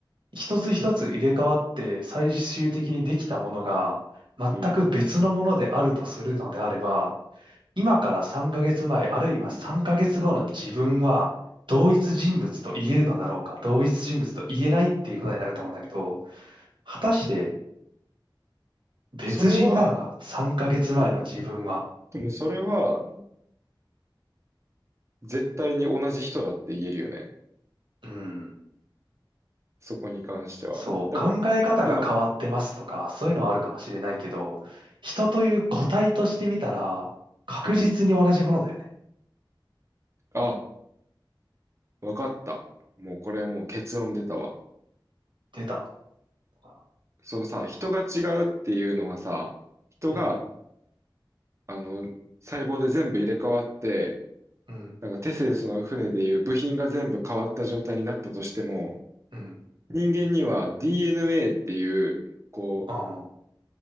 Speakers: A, on the right; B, on the right.
A: 一つ一つ入れ替わって最終的にできたものが全く別のものであるとするのであれば、
B: うん。
A: 今から3ヶ月前あるいは3ヶ月後の自分は同一人物と言えるのだろうか、
B: うん。
A: 同一人物と言えないっていうことになると思うんだけど、果たして別人なのか、
B: でもそれは、
A: 3ヶ月前の自分は。
B: でも、でもそれは絶対に同じ人だって言えるよね。
A: うん
B: そこに関しては。
A: そう、
B: でも、
A: 考え方が変わってますとか、
B: でも、
A: そういうのはあるかもしれないけど、人という個体としてみたら、確実に同じものだよね。
B: うん。あ、わかった。もうこれもう結論出たわ。
A: 出たのか
B: そのさ、人が違うっていうのはさ、人が、
A: な。うん、
B: あの、細胞で全部入れ替わって、
A: うん、
B: なんかテセウスの船でいう部品が全部変わった状態になったとしても、
A: うん、
B: 人間には DNA っていう、こう、
A: あ